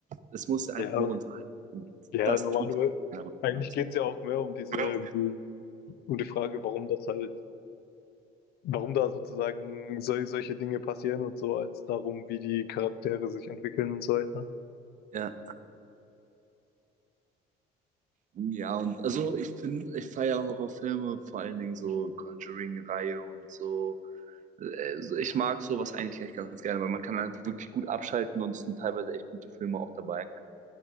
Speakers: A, on the right; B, on the left.
A: Es muss ja einfach
B: Ja,
A: nur unterhalten. Und
B: ja,
A: das
B: normalerweise.
A: tut keiner
B: aber
A: anders
B: eigentlich geht's
A: so.
B: ja auch mehr um diese,
A: Ja.
B: um die um die Frage, warum das halt warum da sozusagen sol solche Dinge passieren und so, als darum, wie die Charaktere sich entwickeln und so weiter.
A: Ja. Ja, und also ich finde, ich feiere Horrorfilme, vor allen Dingen so Conjuring-Reihe und so. Äh, so, Ich mag sowas eigentlich echt ganz gerne, weil man kann einfach wirklich gut abschalten und es sind teilweise echt gute Filme auch dabei.